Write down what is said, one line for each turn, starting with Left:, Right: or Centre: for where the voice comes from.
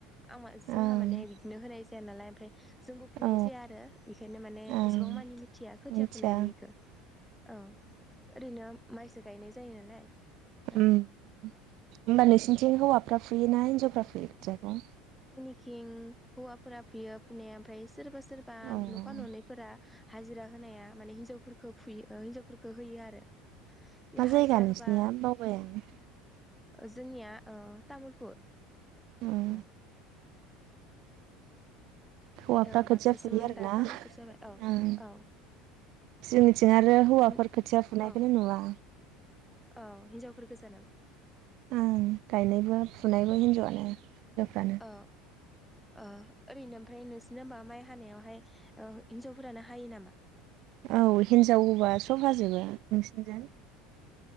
Centre: आंमा
Right: ओं
Centre: जोंहा
Right: ओं
Centre: माने बिदिनो होनाय स जाया नालाय ओमफ्राय जोंबो फुनाय
Right: औ
Centre: जाया आरो बेखायनो माने
Right: ओं
Centre: एसेबां मानि मिथिया खोथिया
Right: मिथिया
Centre: फुनायनिखो ओं ओरैनोम माइसो गायनाय जायो नालाय। औ
Right: उम होमबा नोंसोरनिथिं हौवा गा फुयोना हिनजावफ्रा फुयो जाखं
Centre: थिं हौवाफोरा फैयो फुनाया ओमफ्राय स सोरबा सोरबा
Right: अ उम
Centre: न'फा ननैफोरा हाजिरा होनाया माने हिनजावफोर खो फुयो ओ हिन्जावफोरखो होयो आरो बे
Right: मा
Centre: हाजिरा
Right: जायगा नोंसिनिया?
Centre: होबा
Right: बावबायानो
Centre: ओ जोंनिया ओ तामुलपुर।
Right: उम
Centre: ओ
Right: हौवाफ्रा
Centre: ओ बाक्सासोमोन
Right: खोथिया फुयो आरो
Centre: दा
Right: ना
Centre: तामुलपुर जाबाय औ
Right: उम
Centre: औ
Right: जोंनिथिं आरो
Centre: बिदिनो
Right: हौवाफोर खोथिया फुनायखोनो
Centre: औ
Right: नुवा।
Centre: औ हिनजावफोर गोजा नामा?
Right: ओं गायनायबो फुनायबो
Centre: औ
Right: हिनजावानो हिन्जावफ्रानो।
Centre: औ ओ ओरैनो ओमफाय नोंसोरना होमबा माइ हानायावहाय ओ हिनजावफोरानो हायो नामा?
Right: औ हिनजावबा सब हाजोबो। नोंसिनजों